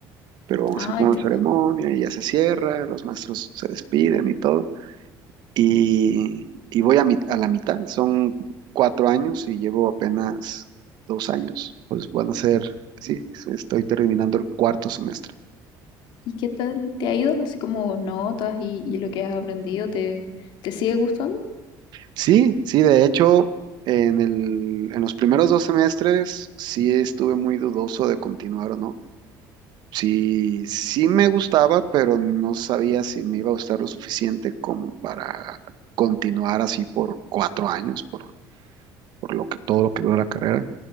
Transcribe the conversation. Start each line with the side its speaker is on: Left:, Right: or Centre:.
Right: pero vamos
Left: Ah,
Right: a hacer una
Left: entiendo.
Right: ceremonia y ya se cierra, los maestros se despiden y todo y, y voy a, mi- a la mitad. Son cuatro años y llevo apenas dos años. Pues van a ser, sí, estoy terminando el cuarto semestre.
Left: ¿Y qué tal te ha ido? Así como notas y, y lo que has aprendido, ¿te, te sigue gustando?
Right: Sí, sí, de hecho, en el, en los primeros dos semestres sí estuve muy dudoso de continuar o no. Sí, sí me gustaba, pero no sabía si me iba a gustar lo suficiente como para continuar así por cuatro años, por, por lo que todo lo que dura la carrera.